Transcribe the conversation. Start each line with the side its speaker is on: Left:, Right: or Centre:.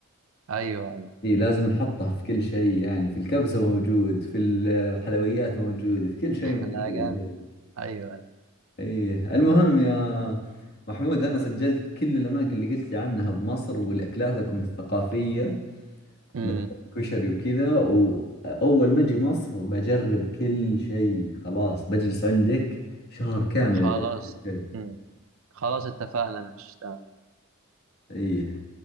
Right: ايوه ايوه
Left: إيه لازم نحطه في كل شيء يعني في الكبسة موجود في الحلويات موجود في كل شيء
Right: <laughs>
Left: موجود
Right: لا
Left: الهيل
Right: جامد ايوه ايوه
Left: إيه المهم يا محمود أنا سجلت كل الأماكن اللي قلت لي عنها بمصر والأكلاتكم الثقافية
Right: امم
Left: مثل كشري وكذا وأول ما أجي مصر بجرب كل شيء خلاص بجلس عندك شهر كامل
Right: خلاص
Left: أجرب كل شيء
Right: امم خلاص اتفقنا ماشي
Left: إيه